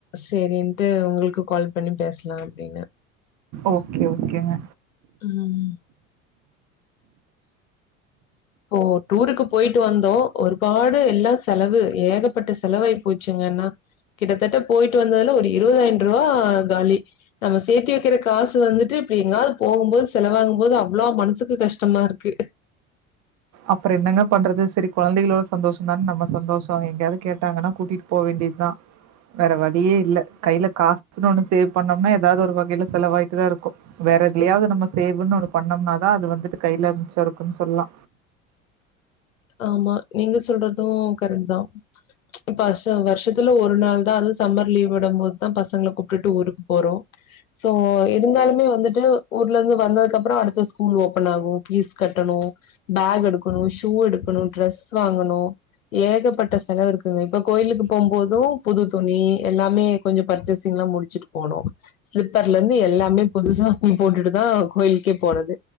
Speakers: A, on the left; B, on the right.
A: சேரி ட்டு உங்களுக்கு கால் பண்ணி பேசலா அப்பிடின்னு
B: ஓகே ஓகேங்க
A: ம் போ டூருக்கு போயிட்டு வந்தோ ஒருபாடு எல்லா செலவு ஏகப்பட்ட செலவாயி போச்சுங்கன்னா கிட்டத்தட்ட போயிட்டு வந்ததுல ஒரு இருபதாயிர ரூவா காலி நம்ம சேர்த்தி வைக்கிற காசு வந்துட்டு இப்பிடி எங்காவது போகும்போது செலவாங்கு போது அவ்ளோ மனசுக்கு கஷ்டமா இருக்கு
B: அப்புறோ என்னங்க பண்றது சரி கொழந்தைகளோட சந்தோஷதான நம்ம சந்தோஷோ எங்கேயாவது கேட்டாங்கன்னா கூட்டிட்டு போ வேண்டியதுதா வேற வழியே இல்ல கையில காசுன்னு ஒண்ணு சேவ் பண்ணோம்னா ஏதாவது ஒரு வகையில செலவாயிட்டுதா இருக்கு வேற இதுலயாவது நம்ம சேவ்ன்னு ஒண்ணு பண்ணோம்னாதா அது வந்துட்டு கையில மிச்ச இருக்குன்னு சொல்லலா
A: ஆமா நீங்க சொல்றது கரெக்ட் தா பா த்து வருஷத்துல ஒரு நாள்தா அது சம்மர் லீவ் விடபோதுதா பசங்கள கூப்டுட்டு ஊருக்கு போறோ சோ இருந்தாலுமே வந்துட்டு ஊர்ல இந்து வந்ததுக்கப்புறோ அடுத்த ஸ்கூல் ஓப்பன் ஆகு, பீஸ் கட்டணு, பேக் எடுக்கணு, ஷூ எடுக் க்குனு ட்ரெஸ் வாங்கணு ஏகப்பட்ட செலவு இருக்குங்க இப்ப கோயிலுக்கு போம் போது புது துணி எல்லாமே கொஞ்சோ பர்ச்சேசிங்ல்லா முடிச்சுட்டு போனு ஸ்லிப்பர்லருந்து எல்லாமே புதுசா துணி போட்டுட்டுதா கோயிலுக்கே போறது